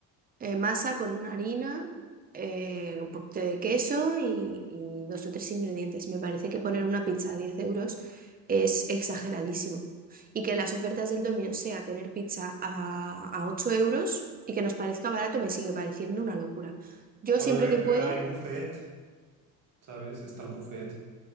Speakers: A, on the right; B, on the right.
A: eh, masa con harina, eh, un poquito de queso y, y dos o tres ingredientes. Me parece que poner una pizza a 10 euros es exageradísimo. Y que las ofertas del Domino sea tener pizza a, a 8 euros y que nos parezca barato me sigue pareciendo una locura. Yo
B: A
A: siempre
B: ver,
A: que puedo,
B: pero hay buffet, ¿sabes? Está el buffet.